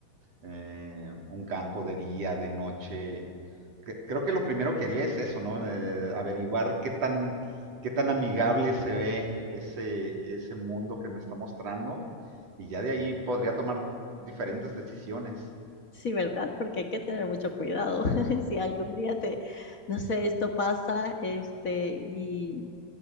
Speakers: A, on the right; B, on the left.
A: eh, un campo de día, de noche. Que- Creo que lo primero que haría es eso, ¿no? Eh, averiguar qué tan, qué tan amigable se ve ese, ese mundo que me está mostrando, y ya de ahí podría tomar diferentes decisiones.
B: Sí, ¿verdad? Porque hay que tener mucho cuidado. <laughs> Si algún día te, no sé, esto pasa, este, y,